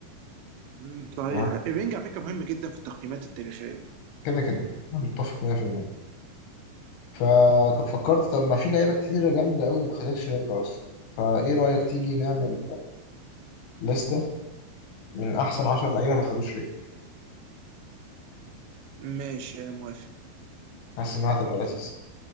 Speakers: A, on the right; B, on the left.
A: أمم، صحيح
B: تمام
A: الرينج على فكره مهم جدا في التقييمات التاريخيه
B: كده كده متفق 100% فطب فكرت طب ما في لعيبة كتيرة جامدة أوي ما خدتش رينج أصلا فإيه رأيك تيجي نعمل لستة من أحسن 10 لعيبة ما خدوش رينج
A: ماشي انا موافق
B: حاسس إنها هتبقى لذيذة